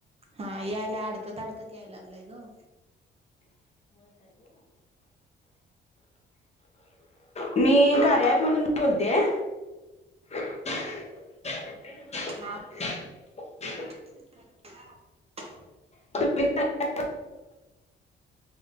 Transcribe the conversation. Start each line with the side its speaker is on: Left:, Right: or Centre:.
Right: हां यायला अडकत अडकत याय लागलाय गं.
Left: मीइ कार्या ऍप मधून बोलतीये. <inaudible>
Right: हा
Left: <inaudible>
Right: <unintelligible>
Left: <unintelligible>